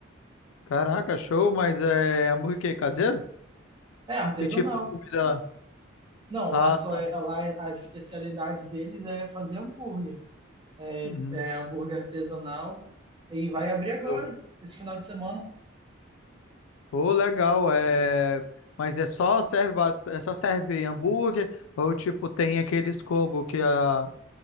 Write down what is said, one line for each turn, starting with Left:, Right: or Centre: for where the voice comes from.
Left: Caraca, show, mas é hambúrguer que, caseiro?
Right: É artesanal.
Left: Que tipo de comida lá?
Right: Não,
Left: Ah,
Right: lá só
Left: tá.
Right: é, lá a especialidade deles é fazer hambúrguer. É,
Left: Uhum.
Right: é hambúrguer artesanal e vai abrir agora,
Left: show.
Right: esse final de semana.
Left: Pô, legal. É... Mas é só serve, ba- é só serve hambúrguer ou tipo tem aqueles combo que a